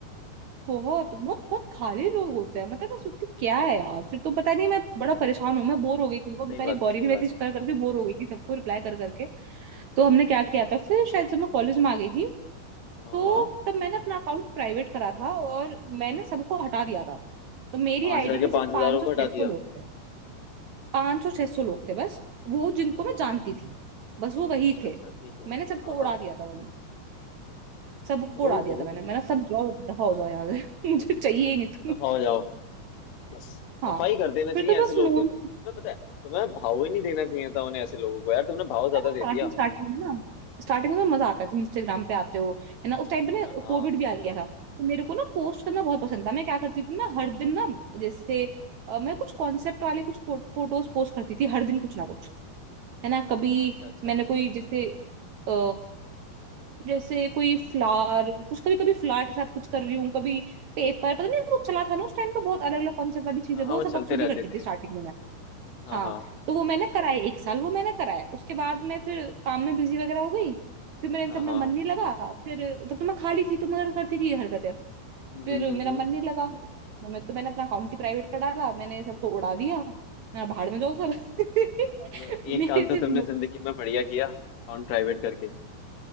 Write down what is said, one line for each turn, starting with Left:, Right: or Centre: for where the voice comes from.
Right: बहुत बहुत बहुत खाली लोग होते हैं मतलब मैं सोचती क्या है यार फिर तो पता नहीं मैं बड़ा
Left: क्या
Right: परेशान
Left: है यार
Right: हूँ मैं बोर हो गई थी वो बेचारी
Left: सही बात
Right: गौरी
Left: है सही
Right: भी मैसेज
Left: बात है
Right: कर करके बोर हो गई थी सबको रिप्लाई कर करके तो हमने क्या किया था फिर शायद जब मैं कॉलेज में आ गई थी
Left: हाँ
Right: तो
Left: हाँ
Right: तब मैंने अपना अकाउंट प्राइवेट करा था और मैंने सबको हटा दिया था तो मेरी
Left: पांच
Right: आईडी
Left: हजार के
Right: पे सिर्फ
Left: पांच हजार
Right: 500
Left: को
Right: सौ
Left: हटा
Right: छह सौ
Left: दिया
Right: लोग थे पांच सौ छह सौ लोग थे बस वो जिनको मैं जानती थी बस वो वही
Left: अच्छा
Right: थे
Left: अच्छा ठीक है
Right: मैंने सबको
Left: हाँ
Right: उड़ा
Left: हाँ
Right: दिया था वरना सबको उड़ा
Left: ओहो
Right: दिया था मैंने मैंने सब जाओ दफा हो जाओ यहाँ से <laughs> मुझे चाहिए ही नहीं तुम
Left: सफा हो जाओ यस
Right: हाँ
Left: सफाई कर देना चाहिए
Right: फिर तो
Left: ऐसे
Right: बस
Left: लोगों
Right: नोन
Left: को तो तुम्हें पता है तुम्हें भाव ही नहीं देना चाहिए था उन्हें ऐसे लोगों को यार तुमने भाव ज्यादा
Right: अरे वो
Left: दे
Right: स्टार्टिंग
Left: दिया
Right: स्टार्टिंग में ना स्टार्टिंग में मजा आता है तुम इंस्टाग्राम पे आते हो है ना उस टाइम पे ना
Left: हाँ हाँ
Right: कोविड भी आ गया था तो मेरे को ना पोस्ट करना बहुत पसंद था मैं क्या करती थी ना हर दिन ना जैसे अ, मैं कुछ कॉन्सेप्ट वाले कुछ फोटोज पोस्ट करती थी हर दिन कुछ ना कुछ है ना कभी
Left: अच्छा अच्छा अच्छा
Right: मैंने कोई जैसे अ जैसे कोई फ्लावर कुछ कभी कभी फ्लावर के साथ कुछ कर रही हूँ कभी पेपर पता नहीं वो चला था ना उस टाइम पे बहुत अलग अलग कॉन्सेप्ट वाली चीजें
Left: हाँ हाँ
Right: वो
Left: वो
Right: सब
Left: चलते
Right: बकचोदी
Left: रहते
Right: करती
Left: थे
Right: थी स्टार्टिंग में मैं
Left: हाँ
Right: हाँ
Left: हाँ
Right: तो वो मैंने कराए एक साल वो मैंने कराए उसके बाद मैं फिर काम में बिजी वगैरह हो गई फिर मेरे इन
Left: हाँ
Right: सब में
Left: हाँ
Right: मन नहीं लगा फिर तब तो मैं खाली थी तो मैं करती थी ये हरकतें
Left: हम्म
Right: फिर
Left: हम्म
Right: मेरा
Left: हम्म
Right: मन
Left: हम्म।
Right: नहीं लगा मैं तो मैंने अपना अकाउंट ही प्राइवेट कर डाला मैंने सबको उड़ा दिया मेरा भाड़ में जाओ सब <laughs>
Left: चलो एक
Right: मेरे
Left: काम तो
Right: सिर्फ
Left: तुमने जिंदगी में बढ़िया किया अकाउंट प्राइवेट करके